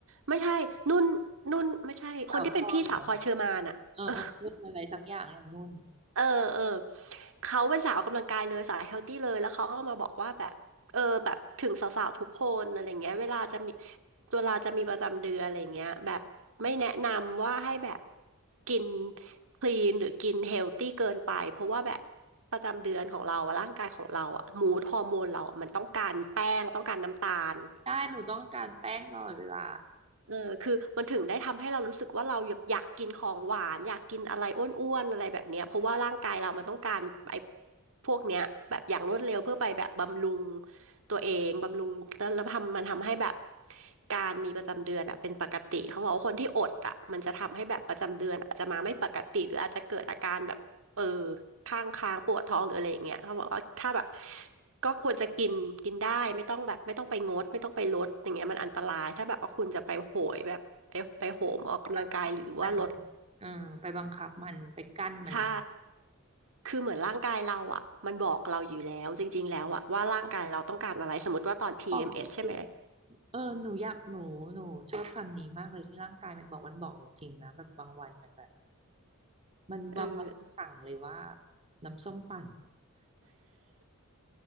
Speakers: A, on the right (about 65°); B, on the right (about 30°).
A: ไม่ใช่นุ่นนุ่นไม่ใช่คนที่เป็นพี่สาวพลอยเชอร์มานอะ
B: สาวพลอยเหรอเออเออพูดอะไรสักอย่างไอ้นุ่น
A: <laughs> เออเออเขาเป็นสาวออกกำลังกายเลยสายเฮลตี้เลยแล้วเขาก็มาบอกว่าแบบเออแบบถึงสาวๆทุกคนอะไรเงี้ยเวลาจะมีเวลาจะมีประจำเดือนอะไรเงี้ยแบบไม่แนะนำว่าให้แบบกินคลีนหรือกินเฮลตี้เกินไปเพราะว่าแบบประจำเดือนของเราอะร่างกายของเราอะมูดฮอร์โมนเราอะมันต้องการแป้งต้องการน้ำตาล
B: ได้หนูต้องการแป้งตลอดเวลา
A: เออคือมันถึงได้ทำให้เรารู้สึกว่าเราอยากอยากกินของหวานอยากกินอะไรอ้วนๆอะไรแบบเนี้ยเพราะว่าร่างกายเรามันต้องการไอ้พวกเนี้ยแบบอย่างรวดเร็วเพื่อไปแบบบำรุงตัวเองบำรุงแล้วแล้วทำมันทำให้แบบการมีประจำเดือนอ่ะเป็นปกติเขาบอกว่าคนที่อดอ่ะมันจะทำให้แบบประจำเดือนอาจจะมาไม่ปกติหรืออาจจะเกิดอาการแบบเออข้างค้างปวดท้องหรืออะไรอย่างเงี้ยเขาบอกว่าถ้าแบบ ก็ควรจะกินกินได้ไม่ต้องแบบไม่ต้องไปงดไม่ต้องไปลดอย่างเงี้ยมันอันตรายถ้าแบบว่าคุณจะไปโหยแบบไปไปโหมออกกำลังกายหรือว่าลด
B: ไปบังคับมันเออไปบังคับมันไปกั้นมัน
A: ใช่คือเหมือนร่างกายเราอ่ะมันบอกเราอยู่แล้วจริงๆแล้วอ่ะว่าร่างกายเราต้องการอะไรสมมติว่าตอน PMS
B: บอกจริ
A: ใช่ไหม
B: เออหนูอยากหนูหนูชอบคำนี้มากเลยที่ร่างกายมันบอกมันบอกหนูจริงนะแบบบางวันมันแบบมันบางวันสั่งเลยว่า
A: เออ
B: น้ำส้มปั่น